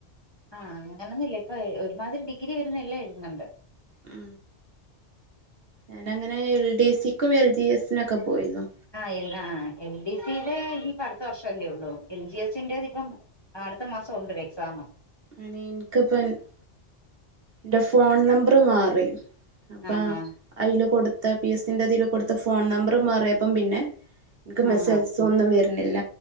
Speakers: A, on the left; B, on the right.
A: ആഹ് അങ്ങനൊന്നും ഇല്ല ഇപ്പൊ ഒരുമാതിരി ഡിഗ്രി വരുന്ന എല്ലാം എയുതുനുട്.
B: ഉ ഞാന് അങ്ങനെ എൽ ഡി എ സിക്കും എൽ ജി എസിനൊക്കെ പോയിരുന്നു.
A: ആ എല്ല എൽ ഡി സി ഈ പം അടുത്ത വർഷം അല്ലേ ഉള്ളൂ എൽ ജി എസ്സിൻ്റെ അപ്പം അടുത്ത മാസം ഉണ്ട് എക്സാംമ്.
B: അനി ഇനിക്ക്പ്പ <unintelligible> എന്റെ ഫോൺ നമ്പർ മാറി അപ്പൊ
A: ആഹ്
B: അതിൽ കൊടുത്ത പി എസ്സിന്റെ അതിൽ കൊടുത്ത ഫോൺ നമ്പർ മാറിയപ്പം. പിന്നെ എനിക്ക്
A: ആഹ് ആഹ്
B: മെസ്സേജ് സൊന്നും വരുന്നില്ല